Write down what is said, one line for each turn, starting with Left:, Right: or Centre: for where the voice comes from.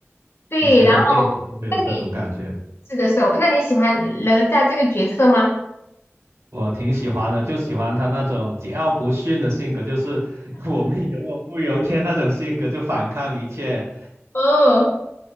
Left: 对。
Right: 以前的电影都没有这种感觉，
Left: 然后那你是的时候，那你喜欢哪吒这个角色吗？
Right: 我挺喜欢的，就喜欢他那种桀骜不驯的性格，就是 <laughs> 我命由我不由天那种性格，就反抗一切，
Left: 哦，